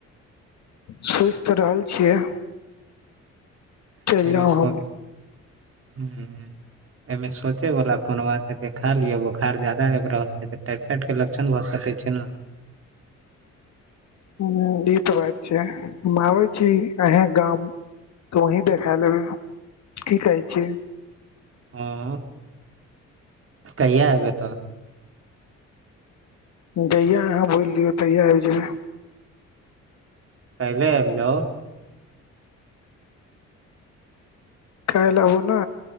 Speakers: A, on the left; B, on the right.
A: सोच तऽ रहल छियै। चलि
B: <unintelligible>
A: जाउ हम
B: एमें सोचे वाला कोन बात है देखा लिया बोखार जादा आइब रहल छै तऽ टाइफाइड कऽ ल क्षन भऽ सकै छै न।
A: हु ई तऽ बात छै हम आबै छी अहै केँ गाम। तऽ वही देखा लेबै <inaudible> की कहै छियै
B: हु <inaudible> कहिआ एबै तऽ।
A: जहिया अहाँ बोल दियो तहिया आइब जेबै।
B: काईले आइब जाउ।
A: काइल आबू न।